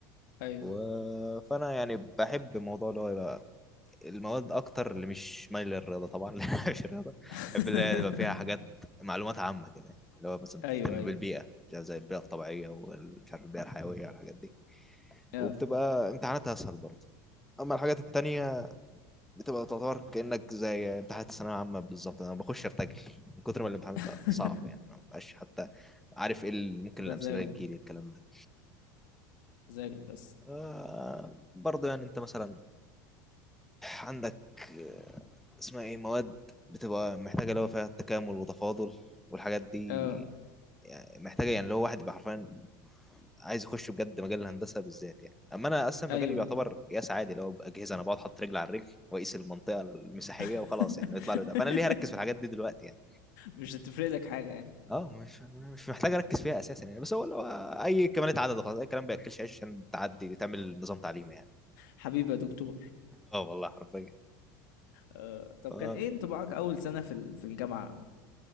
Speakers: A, on the left; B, in the centre.
A: أيوه.
B: و... فانا يعني بحب الموضوع اللي هو يبقى المواد اكتر اللي مش مايل للرياضه طبعا <applause> لأن مش الرياضه
A: <laughs>
B: بحب اللي هي يبقى فيها حاجات معلومات عامه كده اللي هو مثلا بتهتم
A: أيوه، أيوه،
B: بالبيئه زي البيئه الطبيعيه ومش عارف البيئه الحيويه والحاجات دي
A: آه.
B: وبتبقى امتحاناتها اسهل برضه اما الحاجات التانية بتبقى تعتبر كانك زي امتحانات الثانويه العامه بالظبط انا بخش ارتجل من كتر ما الامتحان
A: <laughs>
B: بيبقى صعب يعني ما بقاش حتى عارف ايه اللي ممكن
A: مزاجك،
B: الامثله اللي تجيلي الكلام ده
A: مزاجك بس.
B: آه برضه يعني انت مثلا عندك آه، اسمها ايه مواد بتبقى محتاجه اللي هو فيها التكامل وتفاضل والحاجات دي
A: آه،
B: يعني محتاجه يعني اللي هو واحد يبقى حرفيا عايز يخش بجد مجال الهندسه بالذات يعني اما انا اصلا
A: أيوه.
B: مجالي بيعتبر قياس عادي اللي هو باجهزه انا بقعد احط رجل على الرجل واقيس المنطقه المساحيه
A: <laughs>
B: وخلاص يعني يطلع لي ده فانا ليه هركز في الحاجات دي دلوقتي يعني
A: مش هتفرق لك حاجة يعني،
B: اه مش مش محتاج اركز فيها اساسا يعني بس هو لو اي كمالة عدد وخلاص اي كلام بياكلش عيش عشان تعدي تعمل نظام تعليمي يعني
A: حبيبي يا دكتور.
B: اه والله حرفيا
A: آآ، طب
B: آه،
A: كان إيه انطباعك أول سنة في ال في الجامعة؟